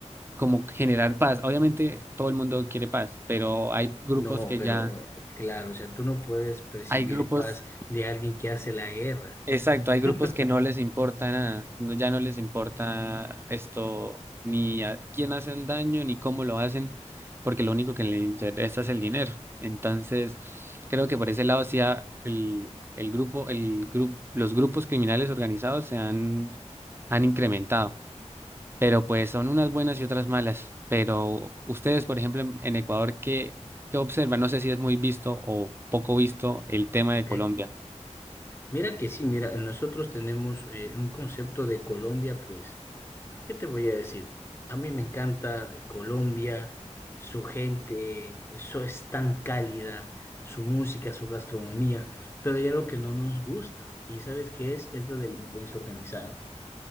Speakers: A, on the right (about 20°); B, on the left (about 20°).
A: como generar paz. Obviamente todo el mundo quiere paz, pero hay grupos
B: No,
A: que
B: pero
A: ya,
B: eh, claro, o sea, tú no puedes percibir
A: hay grupos
B: paz de alguien que hace la guerra.
A: Exacto,
B: <laughs>
A: hay grupos que no les importa nada, no- ya no les importa esto, ni a quién hacen daño, ni cómo lo hacen, porque lo único que les interesa es el dinero. Entonces, creo que por ese lado sí ha- el, el grupo, el grupo, los grupos criminales organizados se han, han incrementado, pero pues son unas buenas y otras malas. Pero ustedes, por ejemplo, en en Ecuador, ¿qué, qué observan? No sé si es muy visto o poco visto el tema de
B: ok.
A: Colombia.
B: Mira que sí, mira, nosotros tenemos eh, un concepto de Colombia, pues, ¿qué te voy a decir? A mí me encanta Colombia, su gente, eso es tan cálida, su música, su gastronomía, pero hay algo que no nos gusta, ¿y sabes qué es? Es la delincuencia organizada.